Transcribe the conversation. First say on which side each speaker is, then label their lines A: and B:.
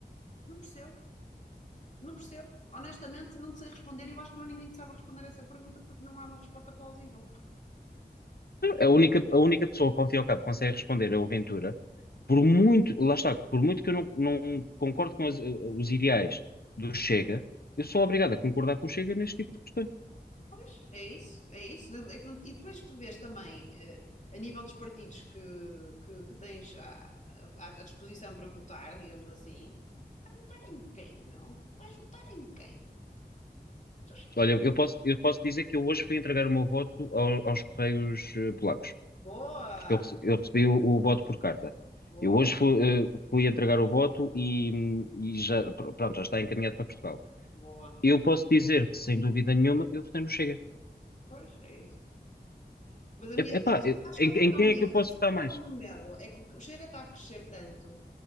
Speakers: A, on the left (about 45°); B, on the left (about 65°).
A: não percebo. Não percebo. Honestamente, não te sei responder e eu acho que não há ninguém que saiba responder essa pergunta porque não há uma resposta plausível.
B: A única, a única pessoa que ao fim e ao cabo consegue responder é o Ventura, por muito, lá está, por muito que eu não, não concordo com as- os ideais do Chega, eu sou obrigado a concordar com o Chega neste tipo de questões.
A: Pois, é isso, é isso. Não- é que não- E depois tu vês também, eh, a nível dos partidos que, que, que tens à, à, à disposição para votar, digamos assim, votar em quem, meu? Vais votar em quem? Tu-
B: Olha, eu posso, eu posso dizer que eu hoje fui entregar o meu voto ao- aos Correios eh, Polacos,
A: Boa,
B: porque eu, rece- eu recebi o, o voto por carta.
A: boa,
B: Eu hoje fui, eh, fui entregar o voto e, hum, e já, pr- pronto, já está encaminhado para Portugal.
A: boa.
B: Eu posso dizer que, sem dúvida nenhuma, eu votei no Chega.
A: Pois, é isso. Mas a minha,
B: É, Epá,
A: sabes,
B: eh,
A: sabes
B: em,
A: qual é o
B: em
A: meu
B: quem
A: medo?
B: é que eu posso
A: Sabes
B: votar
A: qual
B: mais?
A: é o meu medo? É que o Chega está a crescer tanto